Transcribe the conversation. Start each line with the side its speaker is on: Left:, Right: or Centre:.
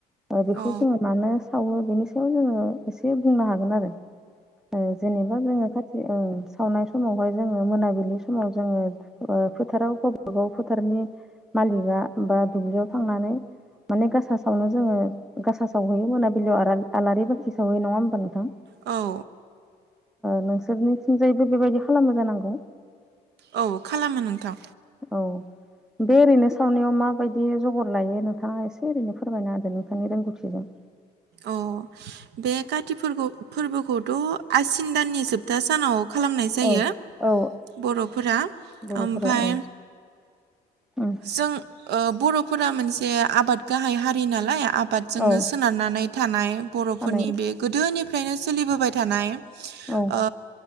Centre: बेखौ
Right: औ
Centre: जोङो मानो सावो बेनि सायाव जोङो एसे बुंनो हागोन आरो औ जेनेबा जोङो काति औ सावनाय समावहाय जोङो मोनाबिलि समाव जोङो फोथाराव गावबा गाव फोथारनि मालिकआ बा दुब्लियाव थांनानै माने गासा सावनो जोङो गासा सावहैयो मोनाबिलियाव आलारि बाखि सहयो नङा होमबा नोंथां?
Right: औ
Centre: नोंसोरनिथिंजायैबो बेबायदि खालामो जानांगौ।
Right: औ खालामो नोंथां
Centre: औ बे ओरैनो सावनायाव माबायदि जगर लायो नोंथाङा एसे ओरैनो फोरमायना होदो नोंथांनि रोंगौथिजों
Right: अ बे काति फोर फोरबोखौथ' आसिन दाननि सोबथा सानाव खालामनाय जायो
Centre: औ औ
Right: बर'फोरा
Centre: बर'फोरा
Right: ओमफ्राय
Centre: औ उम
Right: जों ओ बर' फोरा मोनसे आबाद गाहाय हारि नालाय आबादजोंनो
Centre: औ
Right: सोनारनानै थानाय बर'फोरनि
Centre: थानाय
Right: बे गोदोनिफ्रायनो सोलिबोबाय थानाय
Centre: औ
Right: ओ